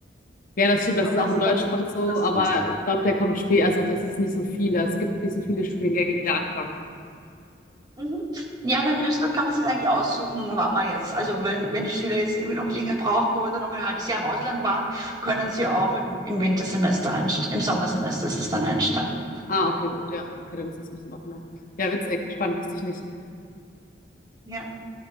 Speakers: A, on the left; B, on the right.
A: Ja, das stimmt, das
B: Aber
A: ist auch
B: das
A: in
B: ist
A: Deutschland
B: dann
A: so,
B: das
A: aber
B: Semester.
A: ich glaube, der kommt spät, also das ist nicht so viele. Es gibt nicht so viele Studiengänge, die da anfangen.
B: Mhm. Ja, aber in Österreich kann man sich eigentlich aussuchen, wann man jetzt, also wenn, wenn die Schüler jetzt irgendwie noch länger brauchen oder noch ein halbes Jahr im Ausland waren, können sie auch im, im Wintersemester einsteigen, im Sommersemester ist es dann einsteigen.
A: Ah, okay, gut, ja, okay, dann ist das ein bisschen offener. Ja, witzig, spannend, wusste ich nicht.
B: Ja,